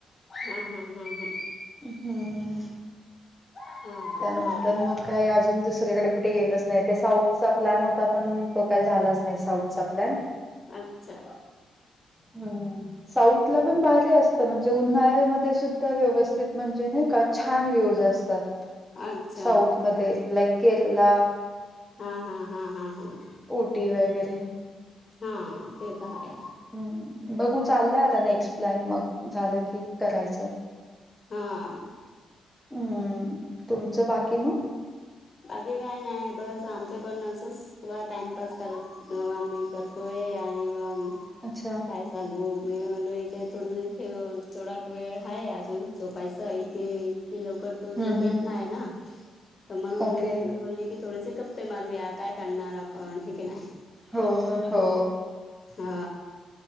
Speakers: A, on the left (about 35°); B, in the centre.
A: हम्म हम हम् हम्.
B: हम्म.
A: हा हा हा ह हा
B: त्यानंतर
A: बरं
B: मग काय अजून दुसऱ्याकडे कुठ ठे गेलोच नाही ते साऊथचा प्लॅन होता पण तो काही झालाच नाही साऊथचा प्लॅन.
A: अच्छा
B: हम्म साऊथ थलापण भारी असत म्हणजे उन्हाळ्यामध्ये सुद्धा व्यवस्थित म्हणजे नाही का छान व्यूज असतात.
A: अच्छा
B: साऊथ मध्ये लाईक केरला.
A: हा हा हा हा हम्म.
B: ऊटी वगैरे.
A: हा ते तर आहे.
B: हम्म बघू चाललंय आता नेक्स्ट प्लॅन मग झालं की करायचं.
A: हा.
B: हम्म तुमचं बाकी मग.
A: बाकी काय नाही बस आमच्या पण असच व टाईमपास करत आम्ही करत तोय आणि वाम
B: अच्छा.
A: काय सांगू मी म्हणलो हे काय थोडे दिवस ठेव थोडाक वेळ आहे अजून झोप पायचं इथे इतकी लवकर तर
B: हम्म
A: झोप
B: हम्म
A: येत नाही ना. तर म्हणून
B: ओके
A: मी बोलले की थोडेसे गप्पे मारूया काय कारणार आपण हाय की नाही.
B: हो हो.
A: हा